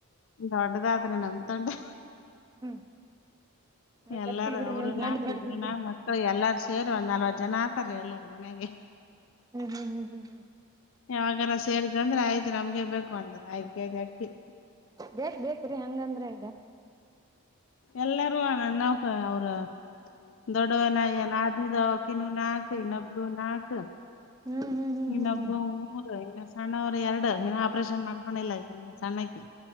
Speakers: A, on the left (about 60°); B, on the right (about 15°).
A: ದೊಡ್ಡದ ಆದನೆ ನಮ ತೊಂಡೆ.
B: ಹ್ಮ್ ನನಗ್
A: ಎಲ್ಲಾರ
B: ಗೊತ್ತಿಲ್ ಬಿಡ್ರಿ
A: ಅವರು
B: ನಿಮ್ ದಂಡ್
A: ನಾಕ
B: ದೊಡ್ಡದು
A: ಇವರು
B: ಹ್ಮ್
A: ನಾ ಮಕ್ಳು ಎಲ್ಲಾರು ಸೇರಿ ಒಂದ್ ನಲ್ವತ್ ಜನ. ಸರಿ ಅಲ್ಲಾರ ಮನೆಗೆ.
B: ಹ್ಮ್ ಹ್ಮ್ ಹ್ಮ್ ಹ್ಮ್ ಹ್ಮ್.
A: ಯಾವಾಗಾರ ಸೇರ್ದ ಅಂದ್ರೆ ಆಯ್ತು ನಮ್ಗೆ ಬೇಕು ಅಂತ ಆಯ್ ಕೆಜಿ ಅಕ್ಕಿ.
B: ಬೇಕ ಬೇಕ್ರೀ ಹೆಂಗಂದ್ರೆ.
A: ಎಲ್ಲಾರೂ ನನ್ನ ಅವ್ರ ದೊಡ್ಡವನ ನ್ ಆದ್ನದು. ಕನು ನಾಕು ಇನ್ನಬ್ಬರು ನಾಲ್ಕ
B: ಹ್ಮ್ ಹ್ಮ್ ಹ್ಮ್ ಹ್ಮ್
A: ಇನ್ನಬ್ಬರು
B: ಹ್ಮ್
A: ಮೂರು ಇ. ಸಣ್ಣವರು ಎರಡು ಇನ್ನ ಆಪರೇಷನ್ ಮಾಡ್ಕೊಂಡಿಲ್ಲ ಈ ಸಣ್ಣಕ್ಕಿ.